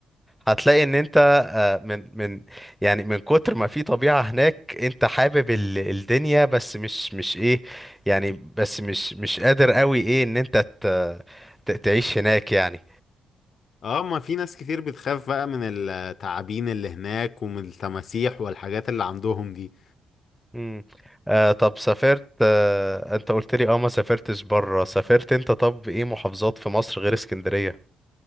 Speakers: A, in the centre; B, on the left (about 55°).
A: هتلاقي ان انت آه، من من يعني من كتر ما في طبيعة هناك انت حابب ال- الدنيا بس مش مش ايه يعني بس مش مش قادر قوي ايه ان انت ت- ت- تعيش هناك يعني
B: اه ما في ناس كتير بتخاف بقى من التعابين اللي هناك ومن التماسيح والحاجات اللي عندهم دي
A: امم آه طب سافرت آه انت قلت لي اه ما سافرتش بره سافرت انت طب ايه محافظات في مصر غير اسكندرية